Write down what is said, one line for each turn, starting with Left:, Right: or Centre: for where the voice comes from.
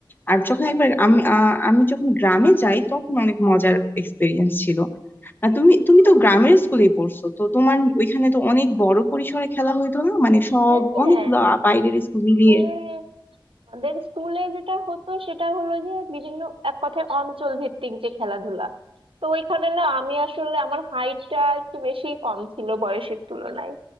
Left: আর যখন একবার আমি আ- আমি যখন গ্রামে যাই তখন অনেক মজার এক্সপিরিয়েন্স ছিল আর তুমি তুমি
Right: হ্যাঁ
Left: তো গ্রামের স্কুলেই পড়ছো তো তোমার ওইখানে তো অনেক বড় পরিসরে খেলা হইতো না মানে সব
Right: হ্যাঁ,
Left: অনেকগুলো বাইরের স্কুল মিলিয়ে
Right: হ্যাঁ। আমাদের স্কুলে যেটা হতো সেটা হলো যে বিভিন্ন এক কথায় অঞ্চল ভিত্তিক যে খেলাধুলা তো ওইখানে না আমি আসলে আমার হাইটটা একটু বেশি কম ছিল বয়সের তুলনায়